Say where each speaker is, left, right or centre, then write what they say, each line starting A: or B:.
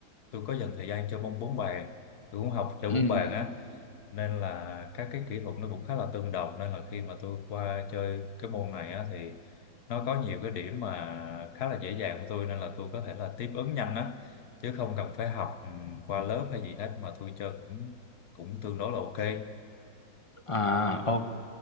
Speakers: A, on the left; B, on the left.
A: tôi có dành thời gian chơi môn bóng bàn tôi cũng học chơi
B: ừ
A: bóng bàn á nên là các cái kỹ thuật nó cũng khá là tương đồng nên là khi mà tôi qua chơi cái môn này á, thì nó có nhiều cái điểm mà khá là dễ dàng của tôi nên là tôi có thể là tiếp ứng nhanh á chứ không cần phải học ừm, qua lớp hay gì hết mà tôi chơi cũng cũng tương đối là ok
B: À ok,